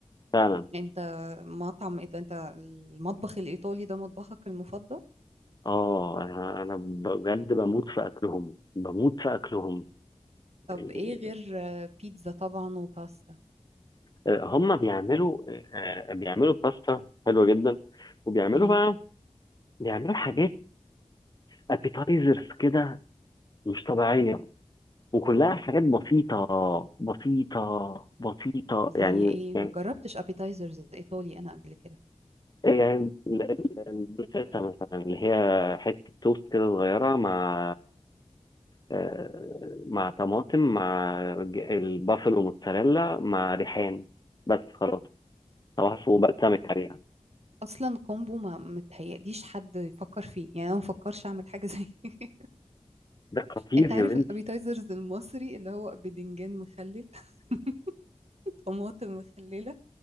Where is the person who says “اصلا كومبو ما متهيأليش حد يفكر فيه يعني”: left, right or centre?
Right